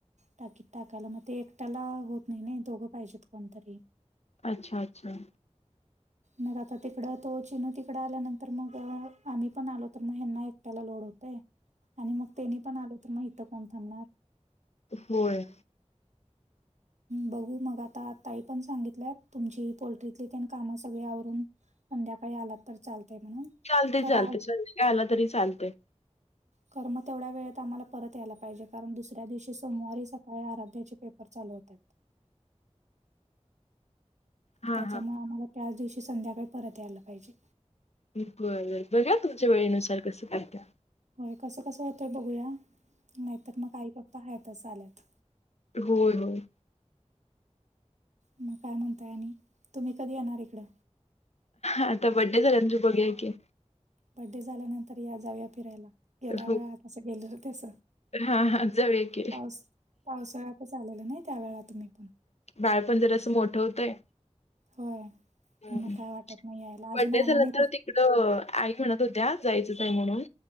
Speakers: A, on the right; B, on the left.
A: टाकीत टाकायला मग ते एकट्याला होत नाही नाही दोघं पाहिजेत कोणतरी.
B: अच्छा अच्छा.
A: मग आता तिकडं तो चिनू तिकडं आल्यानंतर मग आम्ही पण आलो तर मग ह्यांना एक ट्याला लोड होते आणि मग तेनी पण आल तर मग इथ कोण थांबणार.
B: होय.
A: बहू मग आातात. ताई पण सांगितल्या तुमची पोल्ट्रीतली तेन काम सगळे आवरून. संध्याकाळी आलात तर चालतय म्हणून.
B: चालते
A: खरं
B: चालते संध्याकाळी आला तरी चालतेय.
A: कर्म तेवढ्या वेळेत आम्हाला परत यायला पाहिजे कारण दुसऱ्या दिवशी सोमवारी सकाळी आराध्याचे पेप पर चालू होत्यात.
B: हा
A: त्याच्यामुळे
B: हा.
A: आम्हाला त्याच दिवशी संध्याकाळी परत यायला पाहिजे.
B: <unintelligible> बरं बघा तुमच्या वेळेनुसार कसं काय त्या
A: होय कसं कसं होतय बघूया नाहीतर मग आई पप्पा हतच आल्यात.
B: होय होय.
A: मग काय म्हणताय आणि तुम्ही कधी येणार इकडं.
B: आता बर्थडे झाल्यावर बघूया की.
A: बर्थडे झाल्यानंतर या जाऊया फिरायला. गेल्या
B: हो.
A: वेळातसं गेलं तस
B: हा हा जाऊया की
A: पाऊ पावसाळ्यात. <unintelligible> आलेलं नाही त्यावेेला तुम्ही पण
B: बाळपण जरा असं मोठं होतंय.
A: होय
B: हम्
A: मग
B: बर्डे
A: काय वाटत नाही यायला अजून आला
B: झाल्यांतर
A: नाही
B: तिकडं अ आई म्हणत होत्या जायचंच आहे म्हणून